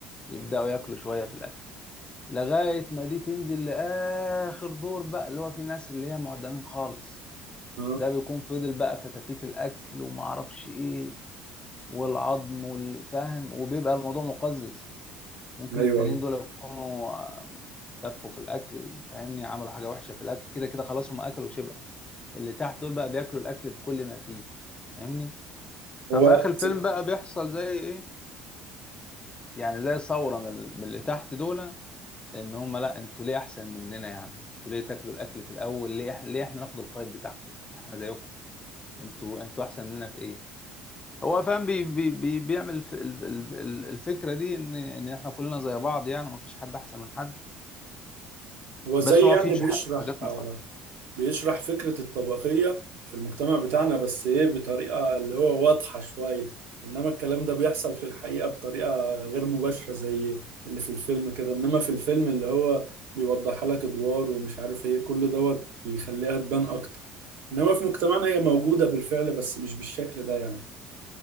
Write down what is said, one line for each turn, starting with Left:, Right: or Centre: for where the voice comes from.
Left: يبدأوا ياكلوا شوية في الأكل لغاية ما دي تنزل لآخر دور بقى اللي هو في ناس اللي هي معدمين خالص
Right: اه
Left: ده بيكون فضل بقى في تفيت الأكل ومعرفش إيه والعظم والفهم وبيبقى الموضوع مقزز ممكن
Right: ايوه
Left: التانيين
Right: أيوة.
Left: دول يكونوا آه، تفوا في الاكل فاهمني عملوا حاجه وحشه في الاكل كده كده خلاص هم اكلوا وشبعوا اللي تحت دول بقى بياكلوا الاكل بكل ما فيه فاهمني ففي
Right: هو
Left: اخر الفيلم
Right: زي
Left: بقى بيحصل زي ايه يعني زي ثوره من من اللي تحت دول ان هم لا انتوا ليه احسن مننا يعني انتوا ليه تاكلوا الاكل في الاول ليه إح- ليه احنا ناخد الفايت بتاعكم احنا زيكم انتوا انتوا احسن مننا في ايه هو فاهم بي بي بي بيعمل الف- ال- ال- ال- الفكره دي ان ان احنا كلنا زي بعض يعني ومفيش حد احسن من حد
Right: هو زي
Left: بس هو
Right: يعني
Left: في شح-
Right: بيشرح
Left: حاجات
Right: آه،
Left: مقارنه
Right: بيشرح فكرة الطبقية في المجتمع بتاعنا بس ايه بطريقة اللي هو واضحة شوية انما الكلام ده بيحصل في الحقيقة بطريقة غير مباشرة زي اللي في الفيلم كده انما في الفيلم اللي هو بيوضحها لك ادوار ومش عارف ايه كل دوت بيخليها تبان اكتر انما في مجتمعنا هي موجودة بالفعل بس مش بالشكل ده يعني